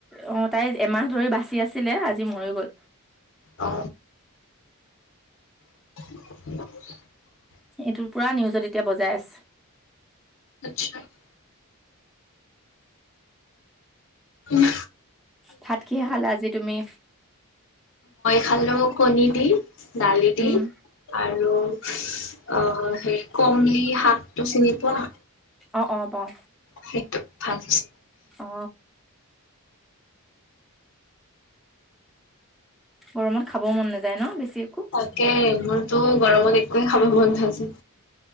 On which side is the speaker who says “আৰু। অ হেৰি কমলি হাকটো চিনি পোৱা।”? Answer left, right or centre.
Left